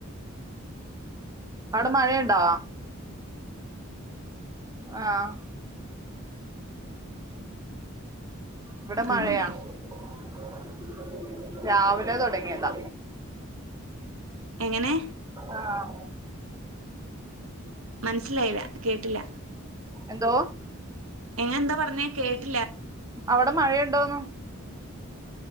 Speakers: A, on the right; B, on the right.
A: അവിടെ മഴയുണ്ടാ ആഹ് ഇവിടെ മഴയാ
B: അങ്ങനെ.
A: <inaudible> <unintelligible> രാവിലെ തുടങ്ങിയതാ
B: എങ്ങനെ?
A: ആഹ്
B: മനസ്സിലായില്ല കേട്ടില്ല
A: എന്തോ
B: എങ്ങ എന്താ പറഞ്ഞേ കേട്ടില്ല
A: അവിടെ മഴയുണ്ടോന്ന്